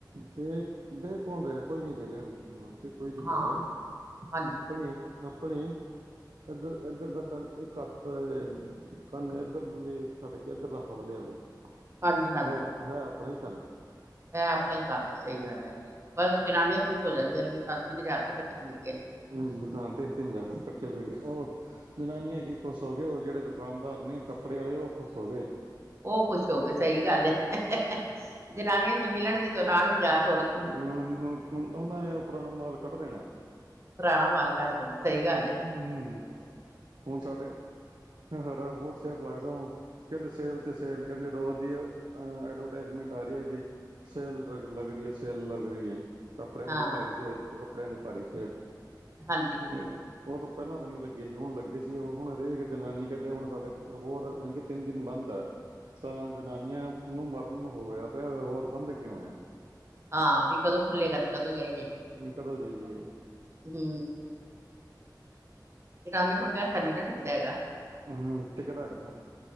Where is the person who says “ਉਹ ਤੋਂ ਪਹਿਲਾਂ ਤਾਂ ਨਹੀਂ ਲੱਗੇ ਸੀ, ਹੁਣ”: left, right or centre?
Right